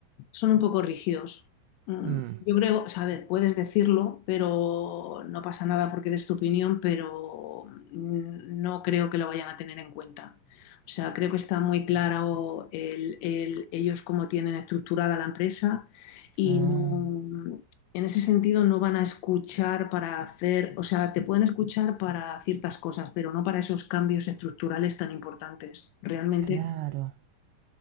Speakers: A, on the left (about 80°); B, on the right (about 85°).
A: son un poco rígidos. Mm,
B: Mm.
A: Yo creo, o sea, a ver, puedes decirlo, pero no pasa nada porque des tu opinión, pero mm, no creo que lo vayan a tener en cuenta. O sea, creo que está muy claro el- el- ellos cómo tienen estructurada la empresa y
B: Ah,
A: no- en ese sentido no van a escuchar para hacer, o sea, te pueden escuchar para ciertas cosas, pero no para esos cambios estructurales tan importantes. Realmente
B: claro.